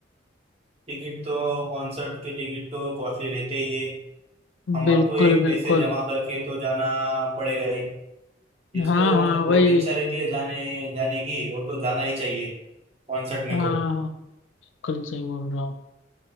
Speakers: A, on the right; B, on the left.
A: टिकट तो कॉन्सर्ट के टिकट तो कॉस्टली रहते ही है हमारे
B: बिल्कुल
A: को ही पैसे
B: बिल्कुल
A: जमा करके तो जाना पड़ेगा ही जिसको
B: हाँ हाँ
A: मतलब बहुत
B: वही
A: इच्छा रहती है जाने जाने की वो तो जाना ही चाहिए कॉन्सर्ट में
B: हाँ
A: तो
B: कल सही बोल रहा हूँ